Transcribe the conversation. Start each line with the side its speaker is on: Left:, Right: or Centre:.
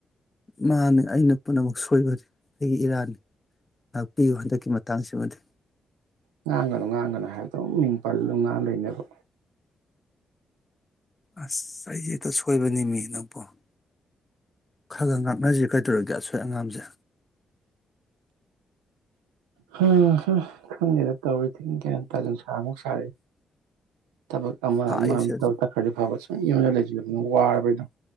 Left: ꯃꯥꯅꯦ ꯑꯩꯅ ꯄꯨꯝꯅꯃꯛ ꯁꯣꯏꯕꯅꯤ ꯑꯩꯒꯤ ꯏꯔꯥꯟꯅꯤ ꯉꯥꯛꯄꯤꯌꯨ ꯍꯟꯗꯛꯀꯤ ꯃꯇꯥꯡꯁꯤꯃꯗꯤ
Right: ꯉꯥꯡꯒꯅꯨ ꯉꯥꯡꯒꯅꯨ ꯍꯥꯏꯗꯣ ꯑꯗꯨꯝ ꯃꯤꯡ ꯄꯜꯂꯑꯗꯨꯝ ꯉꯥꯡ ꯂꯩꯅꯕ
Left: ꯑꯁ ꯑꯩꯁꯦ ꯍꯦꯛꯇ ꯁꯣꯏꯕꯅꯤ ꯃꯤ ꯅꯪꯄꯣ ꯈꯔ ꯈꯔ ꯉꯥꯛꯅꯁꯤ ꯀꯩꯗꯧꯔꯒꯦ ꯑꯁꯣꯏ ꯑꯉꯥꯝꯁꯦ
Right: ꯍꯥ ꯍꯥ ꯈꯪꯉꯦꯗ ꯇꯧꯔꯤꯁꯦ ꯒ꯭ꯌꯥꯟ ꯇꯥꯗꯦ ꯅꯨꯡꯁꯥꯃꯨꯛ ꯁꯥ ꯊꯕꯛ ꯑꯃ
Left: ꯁꯥꯏꯁꯦ
Right: ꯑꯃ ꯑꯝꯇ
Left: ꯍꯧꯖꯤꯛ
Right: ꯇꯛꯈ꯭ꯔꯗꯤ ꯐꯥꯕꯁꯨ ꯌꯨꯝꯗ ꯂꯩꯁꯤꯂꯕꯅꯤꯅ ꯋꯥꯔꯕ ꯑꯩꯗꯣ